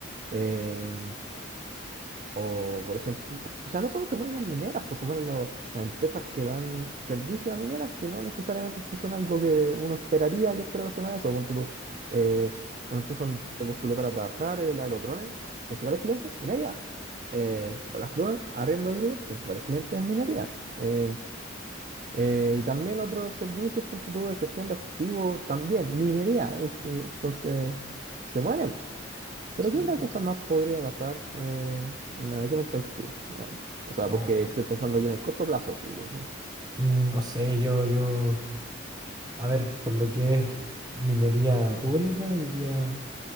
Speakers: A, on the right; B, on the right.
A: Eh, o, por ejemplo, o sea, no solo se mueren las mineras, pues se mueren los- las empresas que dan servicio a mineras que no necesariamente son algo que uno esperaría que esté relacionado a eso. Ponte tú, eh, una empresa donde postulé para trabajar, eh, la de los drones, principales clientes, minería. Eh, lo de las grúas, arriendo de grúas, principales clientes, minería. Eh, eh, y también otros servicios, punto tú, de gestión de activos, también minería. Es como- Entonces, se mueren. ¿Pero
B: Sí,
A: qué otra
B: po.
A: cosa más podría pasar? Eh, onda, ¿qué pensáis tú? Eh, O sea,
B: No,
A: porque estoy pensando yo en el corto plazo, así. eh.
B: mm, no sé, yo, yo, a ver, por lo que es minería pública, diría,